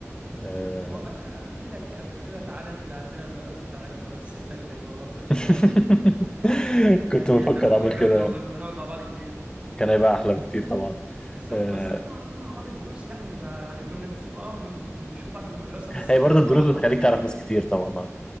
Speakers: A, on the left; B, on the right.
A: آه.
B: انت والله انا أنا قلت لك قبل كده تعالى انقل عندنا المدرسه بتاعتنا بس انت اللي ما مرضتش
A: <laughs>
B: بقى وكده
A: كنت
B: كان
A: بفكر
B: كان الموضوع
A: أعمل
B: جامد
A: كده
B: والله كنا نقعد مع بعض كتير
A: كان هيبقى أحلى بكتير طبعا
B: بالظبط
A: آه.
B: بس احنا كنا بنروح مع بعض الدروس يعني بقى يعني كنا نسيب اه مش مش بنشوف بعض في المدرسه بس
A: هي
B: بنقعد
A: برضو الدروس
B: مع بعض
A: بتخليك
B: كتير.
A: تعرف ناس كتير طبعا